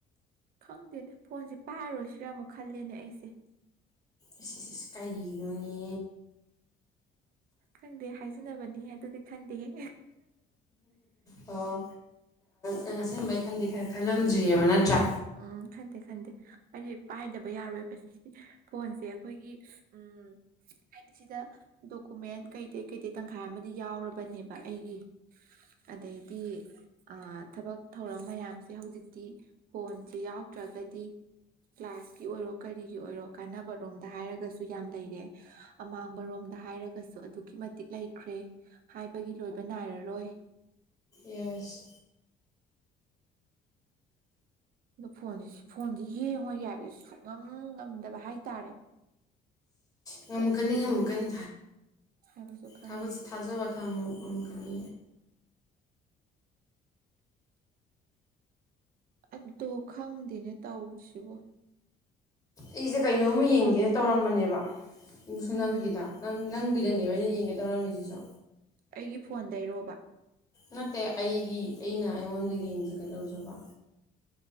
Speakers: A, on the right (about 60°); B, on the left (about 20°).
A: ꯈꯪꯗꯦꯅꯦ ꯐꯣꯟꯁꯦ ꯄꯥꯔꯣꯏꯁꯤꯔꯥ ꯑꯃꯨꯛ ꯈꯜꯂꯦꯅꯦ ꯑꯩꯁꯦ
B: ꯏꯁ ꯢꯁ ꯢꯁ ꯀꯥꯏꯔꯤꯅꯣꯅꯦ
A: ꯈꯪꯗꯦ ꯍꯥꯏꯖꯟꯅꯕꯅꯤꯍꯦ ꯑꯗꯨꯗꯤ ꯈꯪꯗꯦꯍꯦ
B: ꯑꯣ ꯅꯪ ꯑꯁꯦꯡꯕꯩ ꯈꯟꯗꯤ ꯈꯔ ꯈꯜꯂꯝꯗ꯭ꯔꯤꯕ ꯅꯠꯇ꯭ꯔꯥ
A: ꯎꯝ ꯈꯟꯗꯦ ꯈꯟꯗꯦ ꯍꯥꯏꯗꯤ ꯄꯥꯏꯗꯕ ꯌꯥꯔꯣꯏꯕ ꯁꯤꯗꯤ ꯐꯣꯟꯁꯦ ꯑꯩꯈꯣꯏꯒꯤ ꯎꯝ ꯍꯥꯏꯗꯤ ꯁꯤꯗ ꯗꯣꯀꯨꯃꯦꯟ ꯀꯩꯀꯩ ꯀꯩꯀꯩ ꯇꯪꯈꯥꯏ ꯑꯃꯗꯤ ꯌꯥꯎꯔꯕꯅꯦꯕ ꯑꯩꯒꯤ ꯑꯗꯩꯗꯤ ꯑ ꯊꯕꯛ ꯊꯧꯔꯝ ꯃꯌꯥꯝꯁꯦ ꯍꯧꯖꯤꯛꯇꯤ ꯐꯣꯟꯁꯦ ꯌꯥꯎꯗ꯭ꯔꯒꯗꯤ ꯀ꯭ꯂꯥꯁꯀꯤ ꯑꯣꯏꯔꯣ ꯀꯔꯤꯒꯤ ꯑꯣꯏꯔꯣ ꯀꯥꯟꯅꯕꯔꯣꯝꯗ ꯍꯥꯏꯔꯒꯁꯨ ꯌꯥꯝ ꯂꯩꯔꯦ ꯑꯃꯥꯡꯕꯔꯣꯝꯗ ꯍꯥꯏꯔꯒꯁꯨ ꯑꯗꯨꯛꯀꯤ ꯃꯇꯤꯛ ꯂꯩꯈ꯭ꯔꯦ ꯍꯥꯏꯕꯒꯤ ꯂꯣꯏꯕ ꯅꯥꯏꯔꯔꯣꯏ
B: ꯌꯦꯁ
A: ꯑꯗ ꯐꯣꯟꯁꯤ ꯐꯣꯟꯁꯤ ꯌꯦꯡꯉꯣꯏꯒꯦ ꯍꯥꯏꯕꯗ ꯁꯨꯛꯉꯝ ꯉꯝꯗꯕ ꯍꯥꯏꯇꯥꯔꯦ
B: ꯉꯝꯃꯛꯀꯅꯤ
A: ꯀꯔꯤꯒꯤꯅꯣ
B: ꯉꯝꯃꯛꯀꯅꯤ
A: ꯍꯥꯏꯕꯁꯨ ꯈꯪꯗꯦ
B: ꯊꯕꯛ ꯁꯤ ꯊꯥꯖꯕꯥ ꯊꯝꯃꯣ ꯉꯝꯃꯛꯀꯅꯤ
A: ꯑꯗꯣ ꯈꯪꯗꯦꯅꯦ ꯇꯧꯔꯤꯁꯤꯕꯣ
B: ꯑꯩꯁꯦ ꯀꯩꯅꯣꯝꯃ ꯌꯦꯡꯒꯦꯅ
A: ꯐꯣꯟ
B: ꯇꯧꯔꯝꯕꯅꯦꯕ ꯑꯗꯨꯁꯨ
A: ꯎꯝ
B: ꯅꯪꯒꯤꯗ ꯅꯪꯒꯤꯗꯅꯦꯕ ꯑꯩꯅ ꯌꯦꯡꯒꯦ ꯇꯧꯔꯝꯃꯤꯁꯤꯁꯨ
A: ꯑꯩꯒꯤ ꯐꯣꯟꯗꯩꯔꯣꯕ
B: ꯅꯠꯇꯦ ꯑꯩꯒꯤ ꯑꯩꯅ ꯑꯩꯉꯣꯟꯗꯒꯤ ꯌꯦꯡꯖꯒꯦ ꯇꯧꯖꯕ